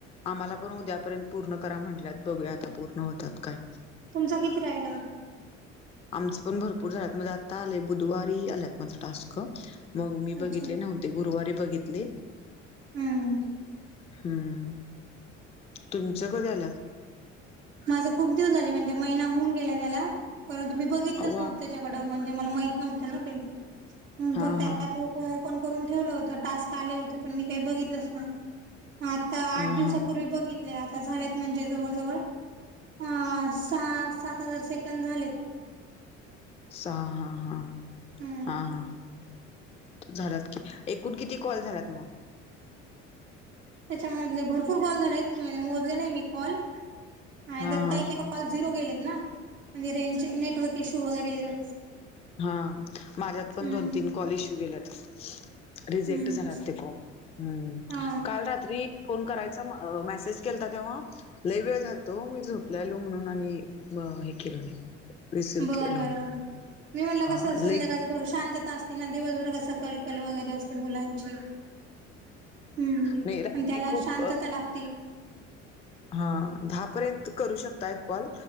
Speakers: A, on the left (about 15°); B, on the right (about 80°).
A: आम्हाला पण उद्यापर्यंत पूर्ण करा म्हंटल्यात, बघूया आता पूर्ण होतात काय?
B: तुमचा किती राहिला?
A: आमचे पण भरपूर झालेत, म्हणजे आता आले बुधवारी आल्यात माझं टास्कं, मग मी बघितले
B: अच्छा
A: नव्हते. ते गुरुवारी बघितले.
B: हम्म.
A: हुंम्म, तुमच्या कधी आल्यात?
B: माझा खूप दिवस झाले म्हणजे महिना होऊन गेला त्याला, परंतु मी बघितलंच
A: अव्वा
B: नव्हते. <unintelligible> म्हणजे मला माहित नव्हतं ना ते. नंतर
A: हा
B: त्या
A: हा
B: त्या ग्रुप वर आपण करून ठेवलं होत, टास्क आले होते, पण मी काही बघितलंच नाही. आता आठ
A: हा
B: दिवसांपूर्वी
A: हा
B: बघितलेय, आता झालेत म्हणजे जवळजवळ. ह सहा सात हजार सेकंद झालेत.
A: सा हा हा
B: हम्म
A: हा. झाल्यात की, एकूण किती कॉल झाल्यात मग?
B: त्याच्यामधले भरपूर कॉल झालेत, म्हणजे मोजले नाहीत मी कॉल, त्यात
A: हा
B: काही
A: हा
B: काही कॉल झिरो गेलेत ना, म्हणजे रेंजचे नेटवर्क इश्यू वगैरे.
A: हां, माझ्यात पण
B: हम्म
A: दोन तीन कॉल इशू गेल्यात. रिजेक्ट
B: हम्म
A: झाल्यात ते कॉल. हम्,
B: हा
A: काल रात्री फोन करायचा मेसेज केलता तेव्हा, लय वेळ झाल तो मी झोपलायलो म्हणून, आणि हे केलो नाही. रिसीव्ह
B: बरं
A: केलो
B: बरं
A: नाही
B: बरं, मी म्हणलं
A: हा
B: कसं संध्याकाळचं
A: लई
B: थोड शांतता असते ना, दिवसभर कस कलकल वगैरे असते मुलांची. हम्म,
A: नाही रात्री
B: आणि त्याला
A: खूप
B: शांतता
A: अ
B: लागती.
A: हा दहापर्यंत करू शकताय कॉल,